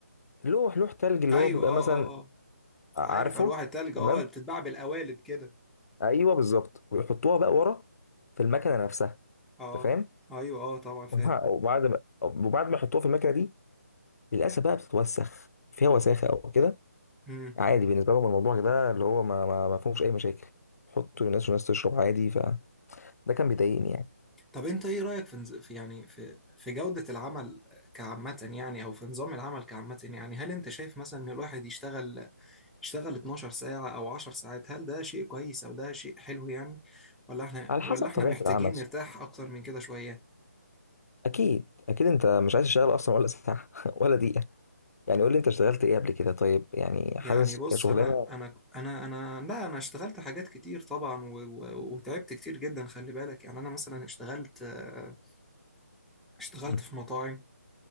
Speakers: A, on the left (about 65°); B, in the centre.
A: لوح لوح تلج اللي
B: أيوة
A: هو بيبقى
B: أه
A: مثلا
B: أه أه
A: عارفه
B: عارف ألواح التلج
A: تمام
B: أه اللي بتتباع بالقوالب كده
A: ايوه بالظبط ويحطوها بقى ورا في المكنه نفسها
B: أه
A: انت فاهم
B: أيوة أه طبعا
A: <laughs>
B: فاهم
A: وبع- وبعد ما وبعد ما يحطوها في المكنه دي للاسف بقى بتتوسخ فيها وساخه او كده
B: مم.
A: عادي بالنسبه لهم الموضوع ده اللي هو ما ما ما فيهوش اي مشاكل حطوا للناس والناس تشرب عادي فده كان بيضايقني يعني
B: طب أنت إيه رأيك في نز- في يعني في في جودة العمل كعامة يعني أو في نظام العمل كعامة يعني هل أنت شايف مثلا إن الواحد يشتغل اشتغل 12 ساعة أو 10 ساعات هل ده شيء كويس أو ده شيء حلو يعني ولا احنا
A: على
B: ولا
A: حسب طبيعه
B: احنا محتاجين
A: العمل
B: نرتاح
A: صح.
B: أكتر من كده شوية
A: اكيد اكيد انت مش عايز تشتغل اصلا ولا ساعه <laughs> ولا دقيقه يعني قول لي انت اشتغلت ايه قبل كده طيب يعني
B: يعني
A: حاسس
B: بص
A: كشغلانه
B: أنا أنا أنا أنا لا أنا اشتغلت حاجات كتير طبعا و- و- وتعبت كتير جدا خلي بالك يعني أنا مثلا اشتغلت آه، اشتغلت
A: مم.
B: في مطاعم